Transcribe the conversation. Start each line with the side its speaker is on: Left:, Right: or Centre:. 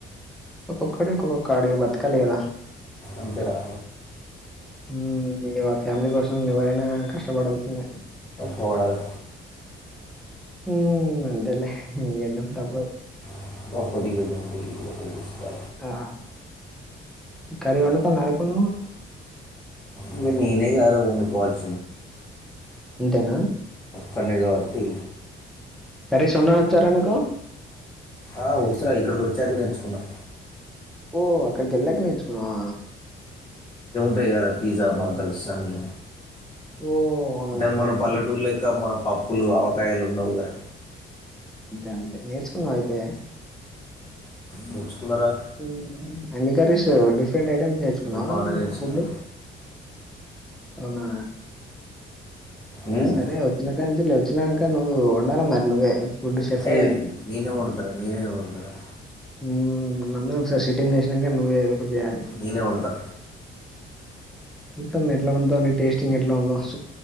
Centre: ఒక్కొక్కడు ఒక్కొక్క కాడికి బతకాలి కదా
Left: అంతేరా
Centre: హ్మ్, ఇగ ఫ్యామిలీ కోసం ఎవరైనా కష్టపడాల్సిందే
Left: చూడాలి
Centre: హ్మ్ అంతేలే ఎం చేద్దాం తప్పదు
Left: <unintelligible>
Centre: ఆ కర్రీ వండుకున్నారా ఇప్పుడు నువ్వు
Left: ఇంకా నేనే కదరా వండుకోవాలి
Centre: ఇంతేనా
Left: ఫనిజవతి
Centre: అర స్వన్నాణ హచ్చారను
Left: ఆ వచ్చురా ఇక్కడికి వచ్చాక నేర్చుకున్నా
Centre: ఓ అక్కడికి వెళ్ళాక నేర్చుకున్నావా
Left: పిగరే పిజ్జా బర్గర్ల్స్ అన్ని
Centre: ఓ అవునవును
Left: అంటే మన
Centre: కదా
Left: పల్లెటూరు లెక్క మన పప్ప్ పులు అవకాయాలుండవుగా
Centre: అంతే అంతే నేర్చుకున్నావ్ అయితే
Left: నేర్చుకున్నారా
Centre: మ్మ్ అన్ని కర్రీస్ డిఫ్ డిఫరెంట్ ఐటమ్స్ నేర్చుకున్నావా
Left: అన్ని బాగానే నేర్చుకున్నా
Centre: ఫుడ్ అవునా
Left: ఉమ్?
Centre: సరే వచ్చినకంచెలి వచ్చినాక్క హు ఉండాలి మరి నువ్వే ఫుడ్ షెఫ్వి
Left: ఏన్ నినే వండుతారా నినే వండు అ
Centre: ఉ అందరు ఒక సారి సిట్టింగ్ చేసినక్కానే నువ్వే జార
Left: నేనే వండుతా
Centre: సత్తం ఎట్లాఉంటుంది టేస్టింగ్ ఎట్లా ఉందొ